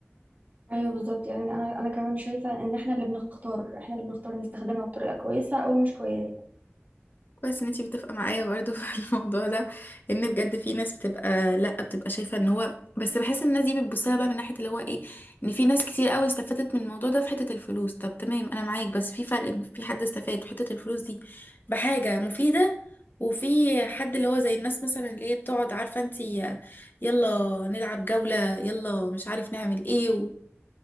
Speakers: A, on the right (about 40°); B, on the left (about 45°).
A: ايوه بالظبط يعني انا انا كمان شايفه ان احنا اللي بنختار احنا اللي بنختار نستخدمها بطريقه كويسه او مش كويسه
B: كويس ان انتي متفقه معايا برضه في <laughs> الموضوع ده لان بجد في ناس بتبقى لا بتبقى شايفه ان هو بس بحس ان الناس دي بتبص لها بقى من ناحيه اللي هو ايه ان في ناس كتير قوي استفادت من الموضوع ده في حته الفلوس طب تمام انا معاك بس في فرق في حد استفاد في حته الفلوس دي بحاجه مفيده وفي حد اللي هو زي الناس مثلا اللي هي بتقعد عارفه انتي يلا نلعب جوله يلا مش عارف نعمل ايه و...